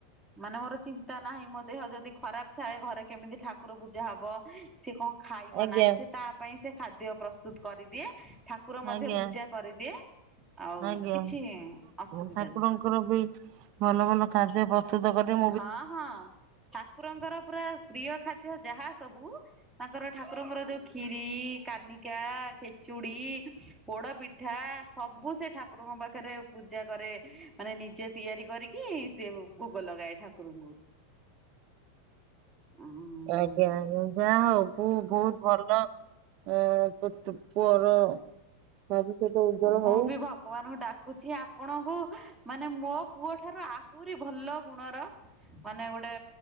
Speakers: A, in the centre; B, on the right.
A: ମାନେ ମୋର ଚିନ୍ତା ନାହିଁ ମୋ ଦେହ ଯଦି ଖରାପ ଥାଏ ଘରେ କେମିତି ଠାକୁର ପୂଜା ହବ ସିଏ କଁ ଖାଇବ
B: ଆଜ୍ଞା
A: ନାହିଁ ସେ ତା ପାଇଁ ସେ ଖାଦ୍ୟ ପ୍ରସ୍ତୁତ କରିଦିଏ। ଠାକୁର ମଧ୍ୟ
B: ଆଜ୍ଞା।
A: ପୂଜା କରିଦିଏ। ଆଉ
B: ଆଜ୍ଞା
A: କିଛି ଅସୁବିଧା
B: ଠାକୁରଙ୍କର
A: ନାହିଁ।
B: ଠାକୁର ବି ଭଲ ଭଲ ଖାଦ୍ୟ ପ୍ର <unintelligible>
A: ହଁ ହଁ ଠାକୁରଙ୍କର ପୁରା ପ୍ରିୟ ଖାଦ୍ୟ ଯାହା ସବୁ ତାଙ୍କର ଠାକୁରଙ୍କର ଯୋଉ କ୍ଷିରି କାନିକା ଖେଚୁଡି ପୋଡ ପିଠା ସବୁ ସେ ଠାକୁରଙ୍କ ପାଖରେ ପୂଜା କରେ ମାନେ ନିଜେ ତିଆରି କରିକି। କିଏଇ ସେ ଭୋଗ ଲଗାଏ ଠାକୁରଙ୍କୁ ଉଁ
B: ଆଜ୍ଞା ଆଉ ଯା ହଉ। ପୁଅ ବହୁତ୍ ଭଲ ଏଁ ପୁତ୍ ପୁଅର ଭବିଷ୍ୟତ ଉଜ୍ଜଳ
A: ମୁଁ
B: ହଉ।
A: ବି ଭ ଭଗବାନଙ୍କୁ ଡାକୁଛି ଆପଣଙ୍କୁ ମାନେ ମୋ ପୁଅ ଠାରୁ ଆହୁରି ଭଲ ଗୁଣର ମାନେ ଗୋଟେ